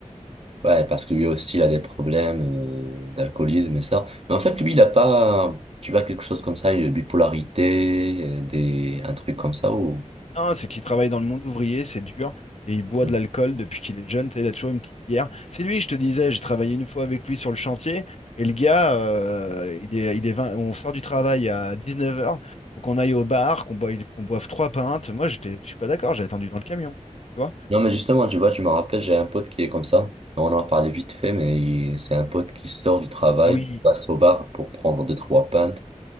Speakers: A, on the right (about 50°); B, on the left (about 55°).
A: Ouais, parce que lui aussi, il a des problèmes euh, d'alcoolisme et ça. Mais en fait, lui, il a pas, tu vois, quelque chose comme ça, une bipolarité, euh, des, un truc comme ça ou...
B: Non, c'est qu'il travaille dans le monde ouvrier, c'est dur. Et il boit
A: Mm.
B: de l'alcool depuis qu'il est jeune. Tu sais, il a toujours une petite bière. C'est lui, je te disais, j'ai travaillé une fois avec lui sur le chantier. Et le gars, euh, il est, il est 20 on sort du travail à 19 heures, Faut qu'on aille au bar, qu'on boive, qu'on boive trois pintes. Moi, j'étais, je suis pas d'accord, j'ai attendu dans le camion. Tu vois?
A: Non, mais justement, tu vois, tu me rappelles, j'ai un pote qui est comme ça. On en a parlé vite fait, mais il- c'est un pote qui sort du travail,
B: Ah oui,
A: qui passe au bar pour prendre deux, trois pintes.